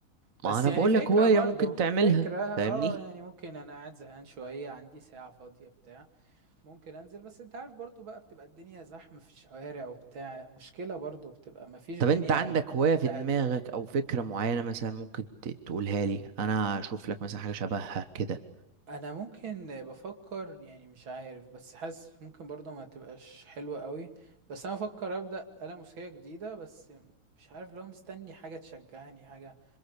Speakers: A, on the right; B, on the right.
A: بس
B: ما انا
A: يعني
B: بقول
A: فكره
B: لك هوايه
A: برضو
B: ممكن تعملها
A: فكره اه
B: فاهمني
A: يعني ممكن انا قاعد زهقان شويه عندي ساعه فاضيه بتاع ممكن انزل بس انت عارف برضو بقى بتبقى الدنيا زحمه في الشوارع وبتاع مشكله برضو بتبقى مفيش دنيا
B: طب انت عندك هوايه
A: حته
B: في دماغك
A: هاديه
B: او فكره معينه مثلا ممكن ت- تقولها لي انا اشوف لك مثلا حاجه شبهها كده
A: انا ممكن بفكر يعني مش عارف بس حاسس ممكن برضه ما تبقاش حلوة قوي بس انا بفكر ابدا آلة موسيقية جديدة بس مش عارف لو مستني حاجة تشجعني حاجة